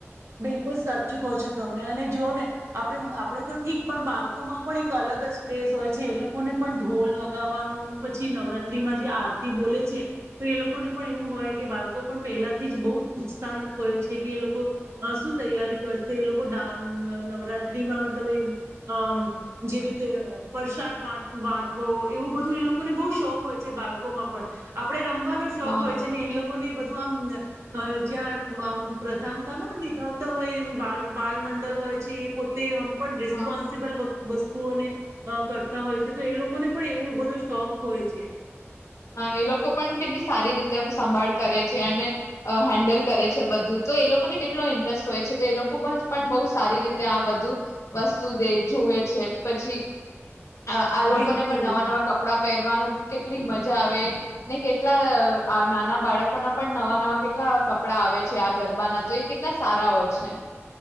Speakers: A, on the right (about 70°); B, on the left (about 85°).
A: બિલકુલ સાચચું કહો છો તમે અને જોઓ ને, આપણે આપડણે તો ઠીક પણ બાળકોમાં પણ એક અલગ જ ક્રેઝ હોય છે. એ લોકોને પણ ઢોલ વગાવવાનું પછી નવરાત્રીમાં જે આરતી બોલે છે, તો એ લોકોને પણ એવું હોય, કે બાળકો પણ પહેલાથી જ બહુ ઉત્સાહિત હોય છે. કે એ લોકો શું તૈયારી કરશે? એ લોકો નવરાત્રીમાં મતલબ, એ જેવી રીતે પ્રસાદ વાટવો એવું બધું એ લોકોને બહુ શોખ હોય છે. બાળકોમાં પણ આપણે રમવાનો શોખ
B: હા
A: હોય છે. ને એ લોકોને બધું તો આમ જ્યાં આમ પ્રધાનતા ન હોય ને લાવતા હોય એમ બા બાલમંડલ હોય છે એ પોતેય પણ રિસ્પોન્સિબલ
B: હા
A: વ વસ્ તુઓને અ કરતા હોય છે, તો એ લોકોને પણ એવું બધો શોખ ઓય છે.
B: હાં, એ લોકો પણ કેટલી સારી રીતે સંભાળ કરે છે અને અ હેન્ડલ કરે છે બધું, તો એ લોકોને કેટલો ઇન્ટરેસ્ટ હોય છે, તો એ લોકો બ જ પણ બઉ સારી રીતે આ બધું વસ્તુ દે, જુવે છે પછી આ આ લોકોને
A: બિલકુલ
B: પણ નવા નવા કપડા પેરવાનું કેટલી મજ જા આવે, ને કેટલા અ આ નાના બાળકોના પણ નવા નવા કેટલા કપડા આવે છે આ ગરબાના, તો એ કેટલા સારા ઓય છે.